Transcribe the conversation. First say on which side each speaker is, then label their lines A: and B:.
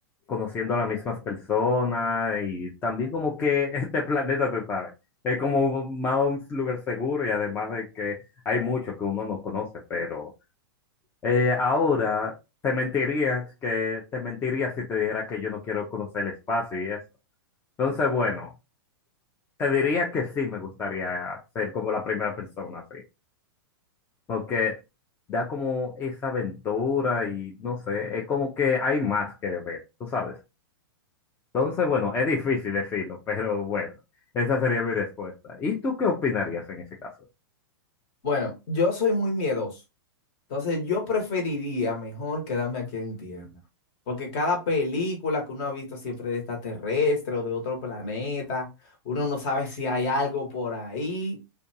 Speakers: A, on the left; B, on the left.
A: conociendo a las mismas personas y también como que <laughs> este planeta, tú sabes, es como más un lugar seguro y además de que hay mucho que uno no conoce, pero eh, ahora te mentiría que te mentiría si te dijera que yo no quiero conocer el espacio y eso. Entonces, bueno, te diría que sí me gustaría ser como la primera persona, sí. Porque da como esa aventura y no sé, es como que hay más que ver, tú sabes. Entonces, bueno, es difícil decirlo, pero bueno, esa sería mi respuesta. ¿Y tú qué opinarías en ese caso?
B: Bueno, yo soy muy miedoso. Entonces yo preferiría mejor quedarme aquí en tierra, porque cada película que uno ha visto siempre de extraterrestre o de otro planeta, uno no sabe si hay algo por ahí.